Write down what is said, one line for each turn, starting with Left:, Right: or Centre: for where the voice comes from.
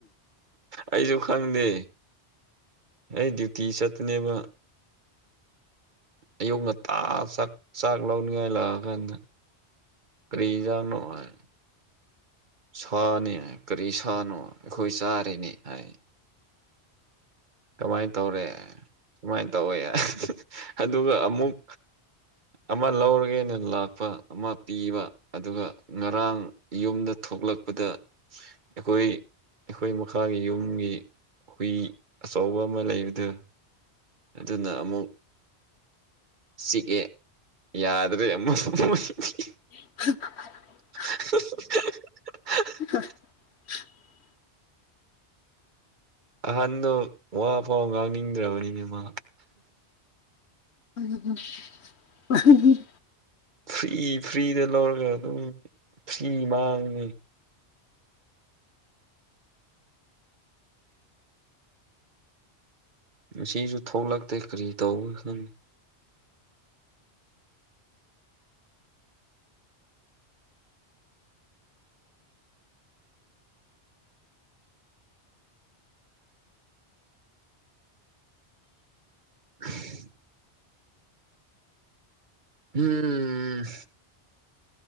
Right: ꯑꯩꯖꯨ ꯈꯪꯗꯦ ꯑꯩ ꯗ꯭ꯌꯨꯇꯤ ꯆꯠꯄꯅꯦꯕ ꯑꯌꯨꯛ ꯉꯟꯇꯥ ꯆꯥꯛ ꯆꯥꯛ ꯂꯧꯅꯤꯡꯉꯥꯏ ꯂꯥꯛꯑꯀꯥꯟꯗ ꯀ꯭ꯔꯤ ꯍꯤꯟꯖꯥꯡꯅꯣ ꯍꯥꯏꯅ ꯁꯥꯅꯦ ꯀꯔꯤ ꯁꯥꯅꯣ ꯑꯩꯈꯣꯏ ꯆꯥꯔꯤꯅꯤ ꯍꯥꯏ ꯀꯃꯥꯏ ꯇꯧꯔꯦ ꯁꯨꯃꯥꯏꯅ ꯇꯧꯋꯦ ꯑꯗꯨꯒ ꯑꯃꯨꯛ ꯑꯃ ꯂꯧꯔꯒꯦꯅ ꯂꯥꯛꯄ ꯑꯃ ꯄꯤꯕ ꯑꯗꯨꯒ ꯉꯔꯥꯡ ꯌꯨꯝꯗ ꯊꯣꯛꯂꯛꯄꯗ ꯑꯩꯈꯣꯏ ꯑꯩꯈꯣꯏ ꯃꯈꯥꯒꯤ ꯌꯨꯝꯒꯤ ꯍꯨꯏ ꯑꯆꯧꯕ ꯑꯃ ꯂꯩꯕꯗꯨ ꯑꯗꯨꯅ ꯑꯃꯨꯛ ꯆꯤꯛꯑꯦ ꯌꯥꯗ꯭ꯔꯦ ꯑꯃꯁꯨ <unintelligible>
Left: <unintelligible>
Right: <unintelligible>
Left: <unintelligible>
Right: ꯑꯍꯟꯗꯣ ꯋꯥꯐꯥꯎ ꯉꯥꯡꯅꯤꯡꯗ꯭ꯔꯕꯅꯤꯅꯦ ꯃꯥ
Left: ꯎꯝ ꯎꯝ
Right: ꯐ꯭ꯔꯤ ꯐ꯭ꯔꯤꯗ ꯂꯧꯔꯒ ꯑꯗꯨꯝ ꯐ꯭ꯔꯤ ꯃꯥꯡꯉꯤ ꯉꯁꯤꯁꯨ ꯊꯣꯛꯂꯛꯇꯦ ꯀꯔꯤ ꯇꯧꯕ꯭ꯔꯥ ꯈꯪ <unintelligible> ꯎꯝ ꯎꯝ